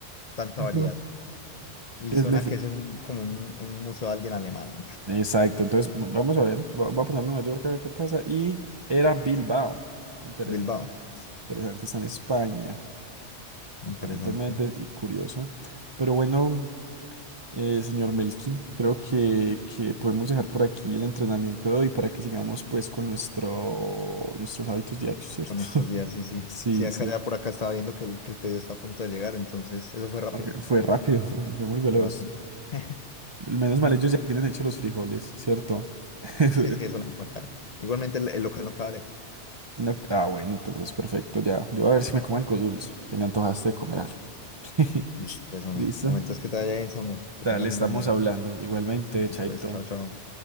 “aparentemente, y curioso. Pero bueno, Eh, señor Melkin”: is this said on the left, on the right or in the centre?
Right